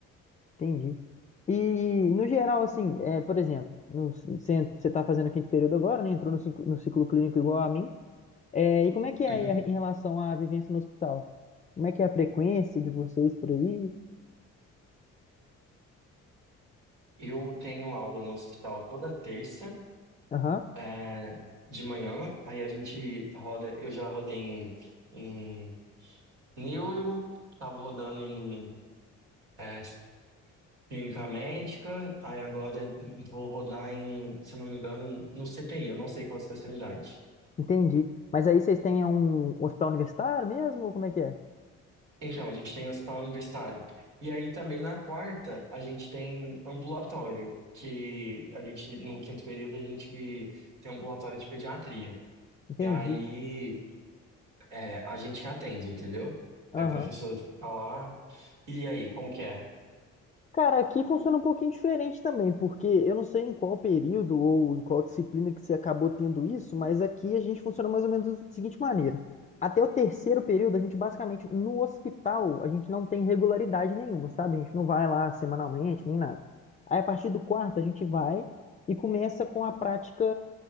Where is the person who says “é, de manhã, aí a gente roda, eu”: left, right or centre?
Right